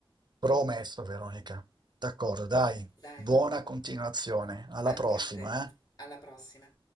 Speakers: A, on the right; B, on the left.
A: promesso Veronica. D'accordo, dai,
B: Dai,
A: buona
B: a-
A: continuazione. Alla
B: anche
A: prossima,
B: a te.
A: eh?
B: Alla prossima.